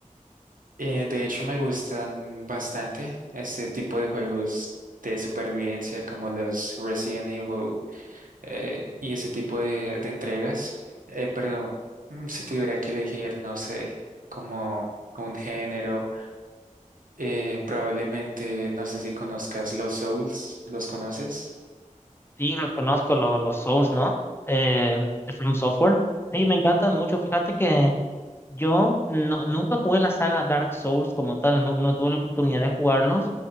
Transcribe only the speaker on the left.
Sí, los conozco, lo- los Souls, ¿no? Eh, de From Software. Sí, me encantan mucho. Fíjate que yo no- nunca jugué la saga Dark Souls como tal, no, no tuve la oportunidad de jugarlos,